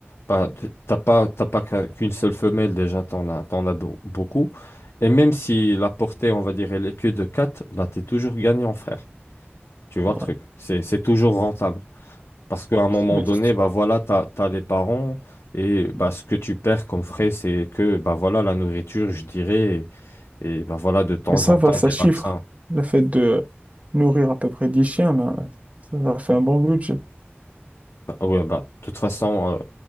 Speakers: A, on the left; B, on the right.
A: bah, t- t'as pas, t'as pas qu'un- qu'une seule femelle, déjà, t'en as, t'en as beau- beaucoup. Et même si la portée, on va dire, elle est que de quatre bah, t'es toujours gagnant, frère. Tu vois
B: ouais.
A: le truc. C'est, c'est toujours rentable. Parce qu'à un moment
B: Mais,
A: donné, bah voilà, t'as, t'as les parents et bah, ce que tu perds comme frais, c'est que bah voilà, la nourriture, je dirais. Et ben voilà, de temps
B: mais ça
A: en
B: va,
A: temps,
B: ça
A: des
B: chiffre.
A: vaccins.
B: Le fait de nourrir à peu près 10 chiens, ben, ça, ça fait un bon budget.
A: Bah, ouais, bah, de toute façon,